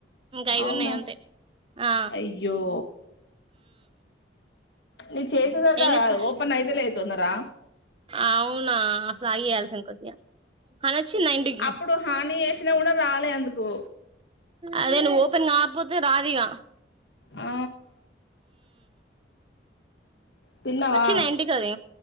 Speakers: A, on the right; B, on the left.
A: ఇంక ఐదు
B: అవునా
A: ఉన్నయి అంతే ఆ
B: అయ్యో నేను చేసేసరికే
A: ఏం చేత్త
B: ఓపెన్ అయితలేదు తొందరా
A: అవునా అసలు ఆగి చేయాల్సింది కొద్దిగా అనొచ్చిందా ఇంటికి
B: అప్పుడు హాని చేసినా కూడా రాలే ఎందుకో
A: అదే నువ్వు ఓపెన్ కాకపోతే రాదిగ
B: ఆ తిన్నవా
A: వచ్చిందా ఇంటికి అది